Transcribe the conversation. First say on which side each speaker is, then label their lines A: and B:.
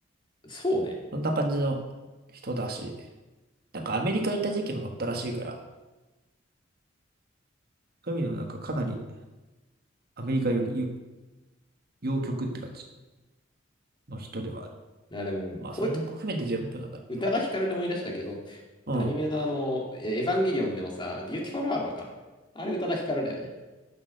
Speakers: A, on the left; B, on the right.
A: そうね。
B: そんな感じの人だし。なんかアメリカ行った時期もあったらしいから、そういう意味でもなんかかなりアメリカよりよ洋曲って感じの人ではある。
A: いや、でも、
B: まあ、
A: こういうと
B: それも含めて J-POP なんだろうけど。
A: 宇多田ヒカルで思い出したけど、
B: うん。
A: アニメのあの、えエヴァンゲリオンでもさ、ビューティフォルワールドか。あれ宇多田ヒカルだよね。